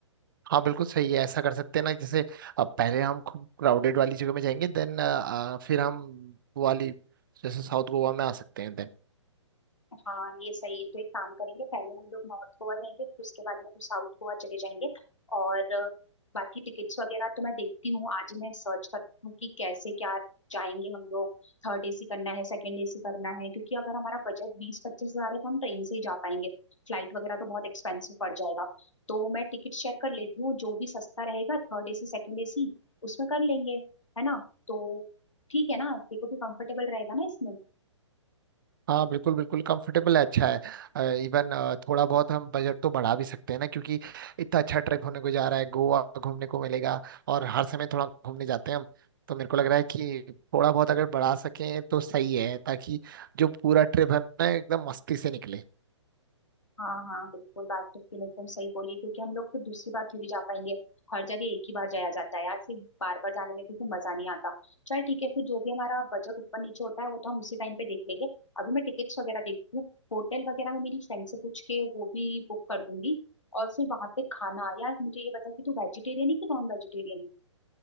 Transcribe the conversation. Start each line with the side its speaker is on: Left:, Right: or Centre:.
Right: हाँ बिल्कुल सही है ऐसा कर सकते हैं ना जैसे अब पहले हम खूब क्राउडेड वाली जगह में जाएंगे देन फिर हम वो वाली जैसे साउथ गोवा में आ सकते हैं देन
Left: हाँ ये सही है तो एक काम करेंगे पहले हम लोग नॉर्थ गोवा जाएंगे फिर उसके बाद में हम साउथ गोवा चले जाएंगे और अ, बाकी टिकट्स वगैरह तो मैं देखती हूँ आज ही मैं सर्च करती हूँ कि कैसे क्या जाएंगे हम लोग थर्ड एसी करना है सेकंड एसी करना है क्योंकि अगर हमारा बजट बीस पच्चीस हजार है तो हम ट्रेन से ही जा पाएंगे फ्लाइट वगैरह तो बहुत एक्सपेंसिव पड़ जाएगा तो मैं टिकट चेक कर लेती हूँ जो भी सस्ता रहेगा थर्ड एसी सेकंड एसी उसमें कर लेंगे है ना तो ठीक है ना तेरे को भी कंफर्टेबल रहेगा ना इसमें
Right: हाँ बिल्कुल बिल्कुल कंफर्टेबल है अच्छा है इवन थोड़ा बहुत हम बजट तो बढ़ा भी सकते हैं ना क्योंकि इतना अच्छा ट्रिप होने को जा रहा है गोवा घूमने को मिलेगा और हर समय थोड़ा घूमने जाते हैं हम तो मेरे को लग रहा है कि थोड़ा बहुत अगर बढ़ा सकें तो सही है ताकि जो पूरा ट्रिप है ना एकदम मस्ती से निकले
Left: हाँ हाँ बिल्कुल बात तो तुम एकदम सही बोली क्योंकि हम लोग फिर दूसरी बार थोड़ी जा पाएंगे हर जगह एक ही बार जाया जाता है यार फिर बार बार जाने में भी फिर मजा नहीं आता चल ठीक है फिर जो भी हमारा बजट ऊपर नीचे होता है वो तो हम उसी टाइम पे देख लेंगे अभी मैं टिकट्स वगैरह देखती हूँ होटल वगैरह मैं मेरी फ्रेंड से पूछ के वो भी बुक कर दूंगी और फिर वहां पे खाना यार मुझे ये बता कि तू वेजिटेरियन है कि नॉन वेजिटेरियन